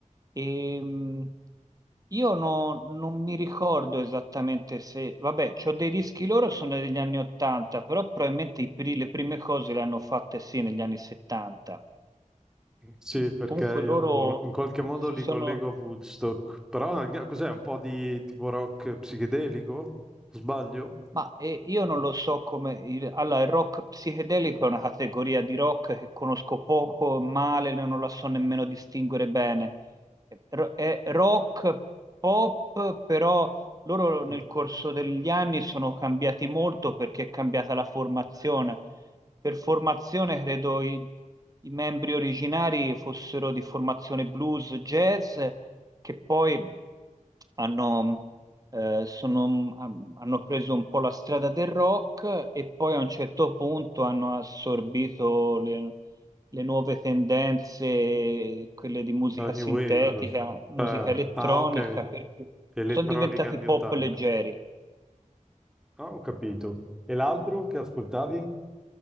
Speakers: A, on the right; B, in the centre.
A: Ehm, io no- non mi ricordo esattamente se... Vabbè, c'ho dei dischi loro, sono degli anni 80, però probabilmente i pri- le prime cose le hanno fatte sì negli anni 70.
B: Sì, perché
A: Comunque
B: io
A: Sì. loro
B: boh, no, in qualche modo
A: si
B: li
A: sono...
B: collego a Woodstock. Però anche- cos'è? Un po' di tipo rock psichedelico? Sbaglio?
A: Ma eh, io non lo so come... il- Allora, il rock psichedelico è una categoria di rock che conosco poco, male, non la so nemmeno distinguere bene. Ro- È rock pop, però loro nel
B: Mm.
A: corso degli anni sono cambiati molto perché è cambiata la formazione. Per formazione credo i, i membri originari fossero di formazione blues, jazz che poi hanno, eh, sono- han- hanno preso un po' la strada del rock e poi a un certo punto hanno assorbito le, le nuove tendenze, quelle di musica
B: Eh, New
A: sintetica,
B: Wave.
A: musica
B: Eh,
A: elettronica,
B: ah, ok.
A: per cui
B: Elettronica
A: sono diventati
B: anni
A: pop
B: 80.
A: leggeri.
B: Ah, ho capito. E l'altro che ascoltavi?